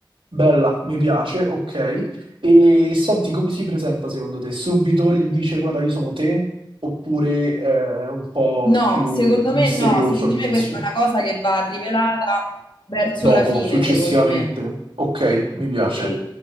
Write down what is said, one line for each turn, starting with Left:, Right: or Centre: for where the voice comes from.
Right: Bella, mi piace, ok. E senti, come si presenta secondo te? Subito gli dice guarda, io sono te? Oppure eh, è un po'
Left: No,
Right: più
Left: secondo
Right: misterioso
Left: me no, secondo
Right: all'inizio?
Left: me questa è una cosa che va rivelata verso
Right: Dopo,
Left: la fine,
Right: successivamente?
Left: secondo me.
Right: Ok, mi piace.
Left: Sì.